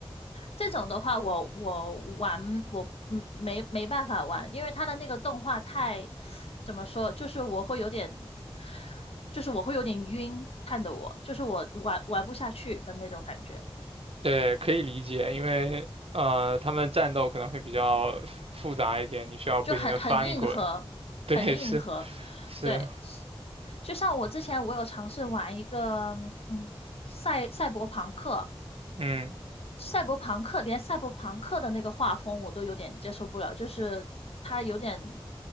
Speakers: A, on the left (about 75°); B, on the right (about 70°).
A: 这种的话我，我玩我嗯没没办法玩，因为他的那个动画太怎么说，就是我会有点，就是我会有点晕，看得我就是我玩玩不下去的那种感觉。
B: 对，可以理解，因为呃，他们战斗可能会比较复杂一点，你需要不停的翻滚。
A: 就很很硬核，
B: <laughs> 对，
A: 很硬核。
B: 是是，
A: 对，就像我之前我有尝试玩一个，嗯，赛赛博朋克，
B: 嗯，
A: 赛博朋克连赛博朋克的那个画风我都有点接受不了，就是它有点，